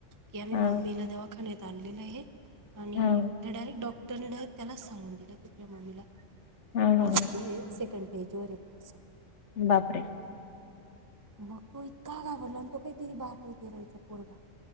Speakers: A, on the right (about 20°); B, on the left (about 65°).
A: की आम्ही
B: हा
A: मम्मीला दवाखान्यात आणलेलं आहे. आणि
B: हा
A: डायरेक्ट डॉक्ट त्यांनी डायरेक्ट त्यांनाच सांगून दिलं की, तुझ्या मम्मीला.
B: हा हा
A: पॉझिटिव
B: हा
A: ये सेकंड स्टेजवर ये असं.
B: बापरे.
A: मग तो इतका घाबरला आणि तो, काहीतरी बारावी तेरावीचा पोरगा.